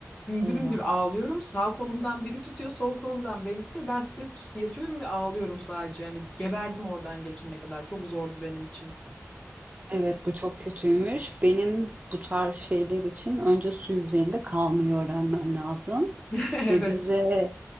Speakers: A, on the left; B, on the right.
A: Hüngür
B: eyvah.
A: hüngür ağlıyorum. Sağ kolumdan biri tutuyor, sol kolumdan beni tutuyor. Ben sırt üstü yatıyorum ve ağlıyorum sadece. Yani geberdim oradan geçene kadar. Çok zordu benim için.
B: Evet bu çok kötüymüş. Benim bu tarz şeyler için önce su yüzeyinde kalmayı öğrenmem lazım.
A: <laughs> Evet.
B: Ve bize